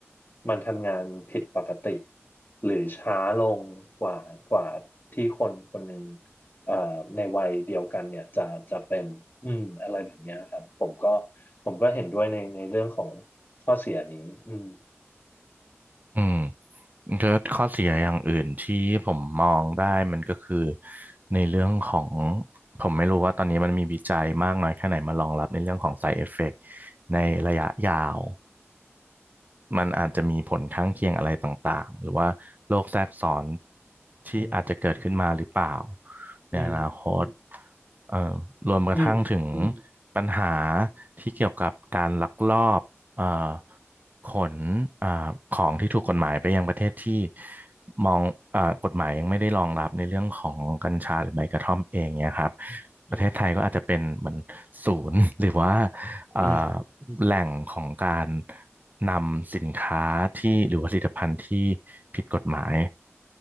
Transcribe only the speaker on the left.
มันทำงานผิดปกติหรือช้าลงกว่ากว่าที่คนคนหนึ่งเอ่อในวัยเดียวกันเนี่ยจะจะเป็นอืมอะไรแบบเนี้ยครับผมก็ผมก็เห็นด้วยในในเรื่องของข้อเสียนี้อืม
อืม
อืม
อืม
อืม
อืม